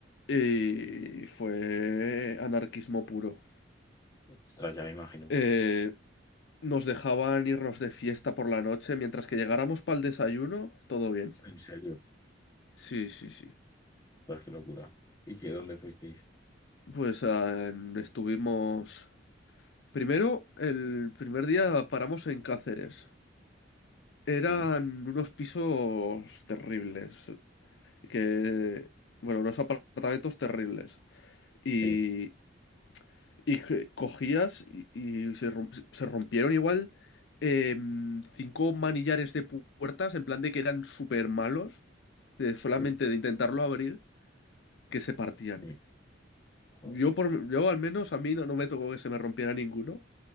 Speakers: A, on the left; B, on the left.
A: Y fue anarquismo puro.
B: Ostras, ya me imagino.
A: Eh, nos dejaban irnos de fiesta por la noche, mientras que llegáramos para el desayuno, todo bien.
B: En serio.
A: Sí, sí, sí.
B: Ostras, qué locura. ¿Y qué dónde fuisteis?
A: Pues ah, en- estuvimos... Primero, el primer día paramos en Cáceres. Eran
B: Sí,
A: unos pisos terribles. que, bueno, unos apartamentos terribles. Y,
B: sí,
A: y que cogías y, y se, rom- se rompieron igual em, cinco manillares de pu- puertas, en plan de que eran súper malos, de solamente
B: sí.
A: de intentarlo abrir, que se partían.
B: sí. Ah,
A: Yo, por, yo al menos a mí no, no me tocó que se me rompiera ninguno,